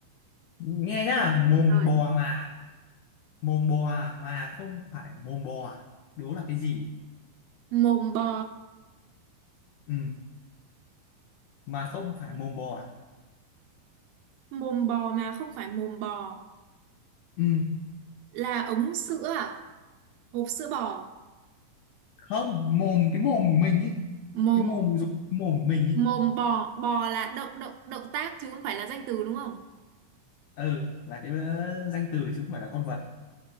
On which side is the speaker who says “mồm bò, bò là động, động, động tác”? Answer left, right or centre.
Right